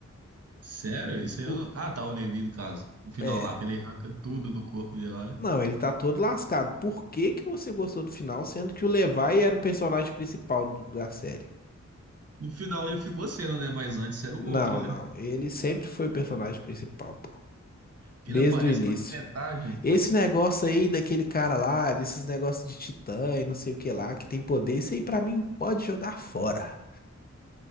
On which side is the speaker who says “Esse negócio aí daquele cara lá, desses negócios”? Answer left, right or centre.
Left